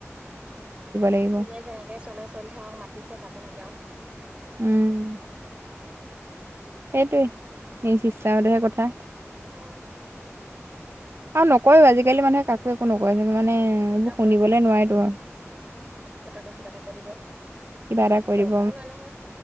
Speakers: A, on the right (about 55°); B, on the right (about 25°).
A: লাগিব
B: যোনে যেনেকে চলে চলি থাকক মাতিছে যাব লাগে আও
A: উম সেইটোৱে নিজ ইচ্ছাৰতহে কথা
B: উম
A: আৰু নকয়ও আজিকালি মানুহে কাকো একো নকয় জ মানে এইবোৰ
B: নকয়
A: শুনিবলে
B: নকয়
A: নোৱাৰি তো
B: উম পতককে কিবা এটা কৈ দিব
A: কিবা
B: অ
A: এটা কৰি
B: দৰকাৰও
A: দিব
B: নাই নহয়